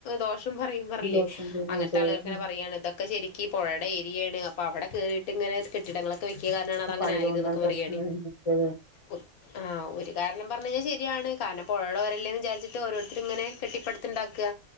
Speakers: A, on the left; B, on the left.
A: ദോഷം പറയും പറയില്ലേ
B: ദോഷം ചെയ്യും
A: അങ്ങനത്തെ
B: അതെ
A: ആള്കൾക്കെങ്ങെനെ
B: ഉം
A: പറയാണ് ഇതൊക്ക് ഒക്കെ ശരിക്ക് ഈ പൊഴേടെ ഏരിയാണ് അപ്പോ അവിടെ കേറിയിട്ട് ഇങ്ങനെ കെട്ടിടങ്ങളൊക്ക് <unintelligible> ക്കിയ കാരണാണ്
B: ഇപ്പൊ
A: അത് അങ്ങനെ
B: പണിതുകൊണ്ടാണ്
A: ആയത് എന്നൊക്കെ
B: പ്രശ്നം
A: പറയാണേ
B: മറ്റേത്
A: ഉത് ആഹ് ഒരു കാരണം പറഞ്ഞ് കഴിഞ്ഞാ ശരി യാണ് കാരണം പൊഴേടെ ഓരല്ലേന്ന് വിചാരിച്ചിട്ട് ഓരോരുത്തരും ഇങ്ങനെ കെട്ടിപ്പടുത്തുണ്ടാക്കാ.